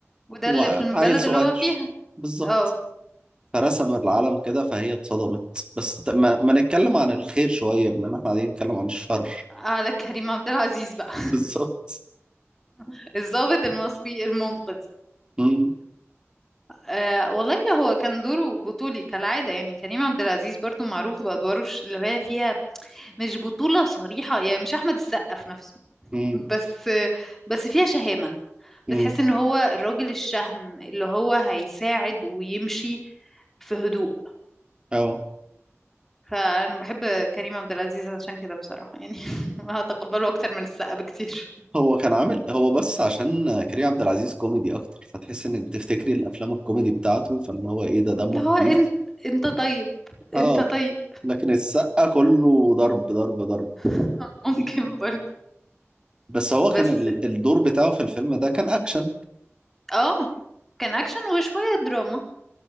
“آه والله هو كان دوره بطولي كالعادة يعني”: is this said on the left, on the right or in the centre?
Centre